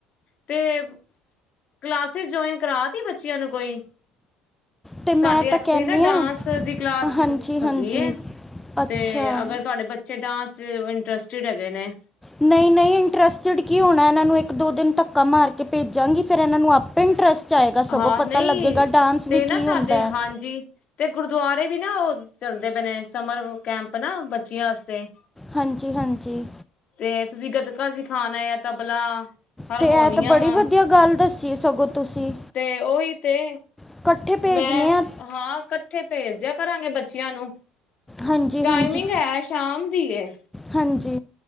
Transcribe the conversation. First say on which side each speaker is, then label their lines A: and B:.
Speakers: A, on the left; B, in the centre.
A: ਤੇ, ਕਲਾਸੇਸ ਜੁਆਏਨ ਕਰਾ ਤੀ ਬੱਚੇਆਂ ਨੂੰ ਕੋਈ?
B: ਤੇ ਮੈਂ
A: ਸਾਡੇ
B: ਤਾਂ
A: ਇੱਥੇ
B: ਕਹਿੰਦੀ
A: ਨਾ ਡਾਂਸ
B: ਹਾਂ
A: ਦੀ ਕਲਾਸ
B: ਹਾਂਜੀ ਹਾਂਜੀ
A: <unintelligible>
B: ਅੱਛਾ
A: ਤੇ ਅਗਰ ਤੁਹਾਡੇ ਬੱਚੇ ਡਾਂਸ ਇੰਟਰਸਟਿਡ ਹੈਗੇ ਨੇ
B: ਨਹੀਂ ਨਹੀਂ ਇੰਟਰਸਟੀਡ ਕੀ ਹੋਣਾ ਇਹਨਾਂ ਨੂੰ ਇੱਕ ਦੋ ਦਿਨ ਧੱਕਾ ਮਾਰ ਕੇ ਭੇਜਾਂਗੀ ਫਿਰ ਇਹਨਾਂ ਨੂੰ ਆਪੇ ਇੰਟਰਸਟ ਆਏਗਾ ਸਗੋਂ
A: ਹਾਂ
B: ਪਤਾ
A: ਨਹੀਂ
B: ਲੱਗੇਗਾ ਡਾਂਸ ਵੀ
A: ਤੇ ਨਾ
B: ਕੀ
A: ਸਾਡੇ
B: ਹੁੰਦਾ ਹੈ
A: ਹਾਂਜੀ ਤੇ ਗੁਰਦੁਆਰੇ ਵੀ ਨਾ ਉਹ ਚੱਲਦੇ ਪਏ ਨੇ ਸਮਰ ਕੈਂਪ ਨਾ ਬੱਚਿਆਂ ਵਾਸਤੇ।
B: ਹਾਂਜੀ ਹਾਂਜੀ
A: ਤੇ ਤੁਸੀਂ ਗਤਕਾ ਸਿਖਾਣਾ ਆ ਯਾ ਤਬਲਾ ਹਾਰਮੋਨੀਅਮ
B: ਤੇ ਇਹ ਤਾਂ ਬੜੀ ਵਧੀਆ ਗੱਲ ਦੱਸੀ ਸਗੋਂ ਤੁਸੀਂ।
A: ਤੇ ਉਹੀ ਤੇ
B: ਇਕੱਠੇ ਭੇਜਨੇ
A: ਮੈਂ
B: ਆ
A: ਹਾਂ ਇਕੱਠੇ ਭੇਜ ਦਿਆ ਕਰਾਂਗੇ ਬੱਚਿਆਂ ਨੂੰ
B: ਹਾਂਜੀ
A: ਟਾਈਮਿੰਗ
B: ਹਾਂਜੀ
A: ਹੈ ਸ਼ਾਮ ਦੀ ਏ।
B: ਹਾਂਜੀ।